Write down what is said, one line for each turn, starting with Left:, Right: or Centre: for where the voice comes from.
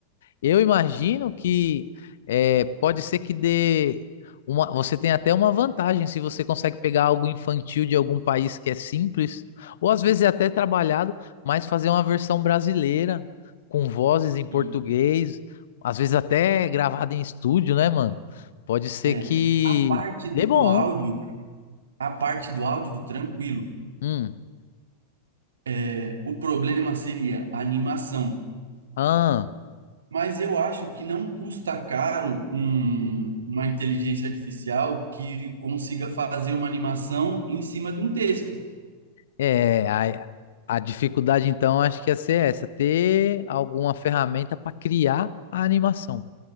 Left: Eu imagino que é, pode ser que dê uma, você tem até uma vantagem se você consegue pegar algo infantil de algum país que é simples, ou às vezes é até trabalhado, mas fazer uma versão brasileira com vozes em português,
Right: E
Left: às vezes até gravada em estúdio, né, mano? Pode ser
Right: é,
Left: que
Right: a parte
Left: dê
Right: do
Left: bom.
Right: áudio, a parte do áudio, tranquilo.
Left: Hum.
Right: É, o problema seria a animação.
Left: Ah,
Right: Mas eu acho que não custa caro um- uma inteligência artificial que consiga fazer uma animação em cima de um texto.
Left: é, a, a dificuldade então acho que ia ser essa, ter alguma ferramenta para criar a animação.